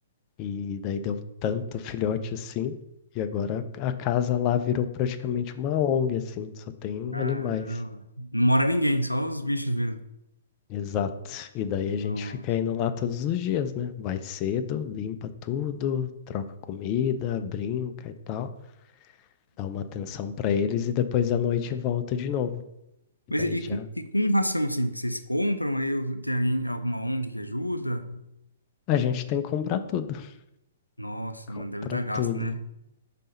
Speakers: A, on the left; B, on the left.
A: E daí deu tanto filhote assim, e agora a casa lá virou praticamente uma ONG, assim, só tem
B: Caramba.
A: animais.
B: Não mora ninguém, só os bichos mesmo.
A: Exato. E daí
B: Nossa.
A: a gente fica indo lá todos os dias, né? Vai cedo, limpa tudo, troca comida, brinca e tal, dá uma atenção pra eles e depois à noite volta de novo. E
B: Mas
A: daí
B: e,
A: já
B: e com e com ração, assim, que vocês compram aí? ou Tem alguém, alguma ONG que ajuda?
A: a gente tem que comprar tudo. <laughs>
B: Nossa,
A: Compra
B: mano, deve dar gasto,
A: tudo.
B: né?